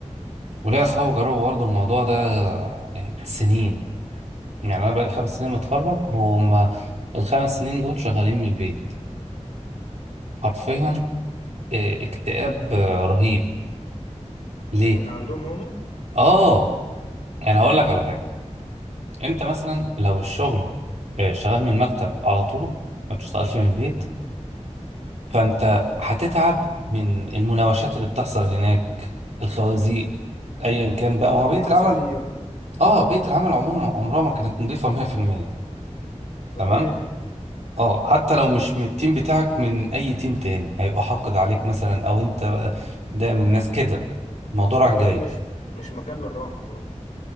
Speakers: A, on the right (about 65°); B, on the left (about 80°).
A: وليا اصحابي جربوا برضه الموضوع ده يعني سنين يعني انا بقالي خمس سنين متخرج هم الخمس سنين دول شغالين من البيت حرفيا
B: كويس
A: آه، اكتئاب آه، رهيب ليه
B: م- عندهم هم
A: اه يعني هقول لك على
B: اه
A: حاجه انت مثلا لو الشغل آه، شغال من المكتب على طول ما بتشتغلش من البيت فانت هتتعب من المناوشات اللي بتحصل هناك الخوازيق ايا كان بقى ما هو بيئه
B: العصافير
A: العمل اه بيئه العمل عموما عمرها ما كانت نظيفه 100%
B: ده
A: تمام
B: طبيعي
A: اه
B: اه
A: حتى
B: و-
A: لو مش من التيم بتاعك من اي تيم تاني هيبقى حاقد عليك مثلا او انت ده من الناس كده الموضوع رايح
B: وكمان
A: جاي
B: مش مش مكان للراحة خالص